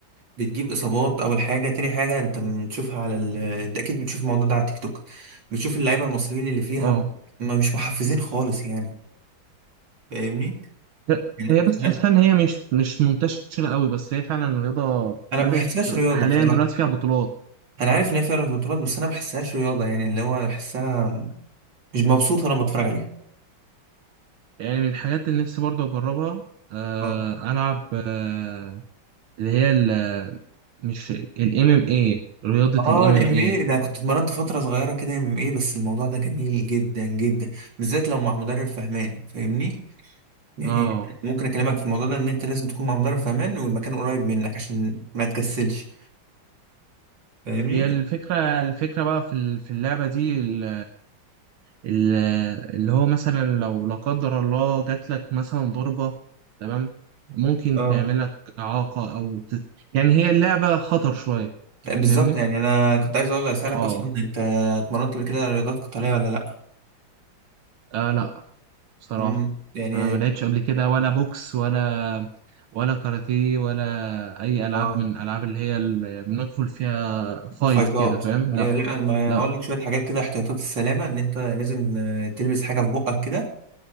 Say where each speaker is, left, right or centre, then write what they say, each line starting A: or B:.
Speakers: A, on the right (about 65°); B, on the right (about 85°).
A: بتجيب إصابات أول حاجة تاني حاجة أنت بتشوفها على ال... أنت أكيد بتشوف الموضوع ده على تيك توك بتشوف اللعيبة المصريين اللي فيها
B: اه
A: ما مش محفزين خالص يعني فاهمني؟
B: هي
A: يعني
B: هي بس تحسها ان هي مش مش منتشره قوي بس هي فعلا الرياضه
A: أنا
B: بدات
A: ما بحسهاش رياضة
B: حاليا
A: بصراحة
B: دلوقتي فيها بطولات
A: انا عارف ان هي فيها بطولات بس انا ما بحسهاش رياضه يعني اللي هو بحسها مش مبسوط وانا بتفرج عليها
B: يعني من الحاجات اللي نفسي برضه اجربها آه
A: اه
B: العب آه اللي هي ال- مش الام ام اي رياضه
A: اه
B: الام
A: الام
B: ام اي
A: اي ده كنت اتمرنت فتره صغيره كده ام اي بس الموضوع ده جميل جدا جدا بالذات لو مع مدرب فهمان فاهمني يعني
B: اه
A: ممكن اكلمك في الموضوع ده ان انت لازم تكون مع مدرب فهمان والمكان قريب منك عشان ما تكسلش فاهمني
B: هي الفكره الفكره بقى في ال- في اللعبه دي ال- ال- اللي هو مثلا لو لا قدر الله جات لك مثلا ضربه تمام ممكن
A: اه
B: تعمل لك اعاقه او تت... يعني هي اللعبه خطر شويه
A: لا، بالظبط
B: فاهمني
A: يعني انا كنت عايز اقول اسالك
B: اه
A: اصلا انت اتمرنت قبل كده رياضات قتاليه ولا لا
B: آه لا بصراحة
A: مم، يعني
B: أنا ما لعبتش قبل كده ولا بوكس ولا ولا كاراتيه ولا أي ألعاب
A: اه
B: من الألعاب اللي هي اللي بندخل فيها فايت
A: فايتات
B: كده فاهم
A: ما
B: لا
A: هي لا أنا ما
B: لا
A: هقول لك شويه حاجات كده احتياطات السلامه ان انت لازم آه، تلبس حاجه في بقك كده